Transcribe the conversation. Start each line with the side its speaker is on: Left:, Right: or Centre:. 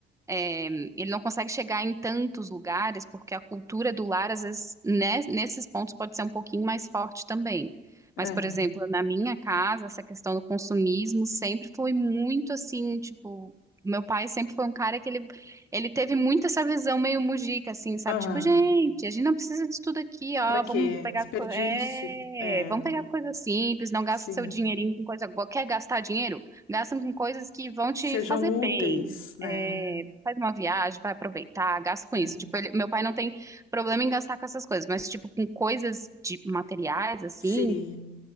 Right: É, ele não consegue chegar em tantos lugares, porque a cultura do lar, às vezes, né, nesses pontos pode ser um pouquinho mais forte também.
Left: é,
Right: Mas, por exemplo, na minha casa, essa questão do consumismo sempre foi muito assim, tipo, meu pai sempre foi um cara que ele, ele teve muito essa visão meio mujica, assim, sabe?
Left: aham,
Right: Tipo, gente, a gente não precisa disso tudo aqui, ó,
Left: para quê?
Right: vamos pegar,
Left: Desperdício,
Right: co- é,
Left: é,
Right: vamos pegar coisa simples, não gasta
Left: sim,
Right: seu dinheirinho com coisa boa. Quer gastar dinheiro? Gasta com coisas que vão te
Left: sejam
Right: fazer
Left: úteis,
Right: bem.
Left: né?
Right: É, Faz uma viagem, vai aproveitar, gasta com
Left: É.
Right: isso. Tipo, ele- meu pai não tem problema em gastar com essas coisas, mas, tipo, com coisas de materiais, assim,
Left: Sim.